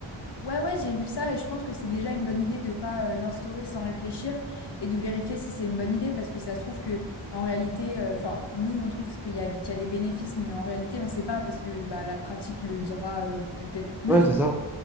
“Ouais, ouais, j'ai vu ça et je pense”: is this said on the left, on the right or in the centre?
Left